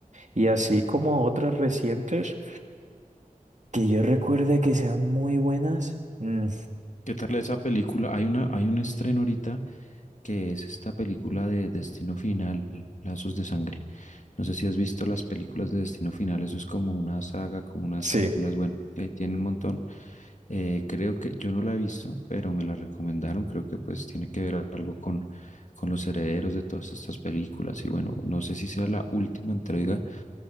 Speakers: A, on the right (about 55°); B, on the left (about 60°).
A: Y así como otras recientes que yo recuerde que sean muy buenas. mm,
B: ¿Qué tal esa película? Hay una, hay un estreno ahorita que es esta película de Destino Final, Lazos de Sangre. No sé si has visto las películas de Destino Final, eso es como una saga, como unas
A: sí,
B: películas, bueno, que ahí tiene un montón. Eh, creo que yo no la he visto, pero me la recomendaron. Creo que pues tiene que ver algo con, con los herederos de todas estas películas. Y bueno, no sé si sea la última entrega